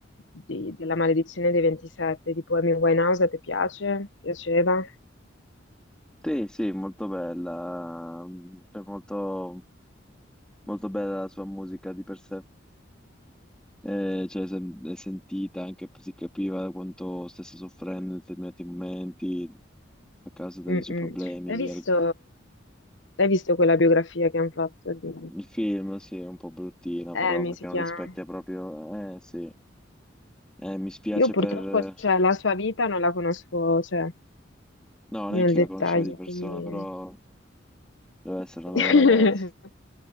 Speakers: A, on the left (about 70°); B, in the centre.
A: di- della maledizione dei 27, tipo Amy Winehouse, ti piace? Piaceva?
B: Sì, sì, molto bella, cioè molto Molto bella la sua musica di per sé, eh, cioè sem- è sentita, anche si capiva quanto stesse soffrendo in determinati momenti a causa dei
A: Mm-mm.
B: suoi problemi.
A: Hai
B: di
A: visto,
B: al-
A: hai visto quella biografia che hanno fatto di
B: Il film, sì, è un po' bruttino però
A: Amy,
B: perché
A: si
B: non
A: chiama?
B: rispecchia proprio... Eh sì, Eh, mi spiace
A: Io purtroppo,
B: per...
A: cioè, la sua vita non la conosco, cioè,
B: No, neanche
A: nel dettaglio,
B: io la conoscevo di persona,
A: quindi...
B: però deve essere una
A: <laughs>
B: brava ragazza.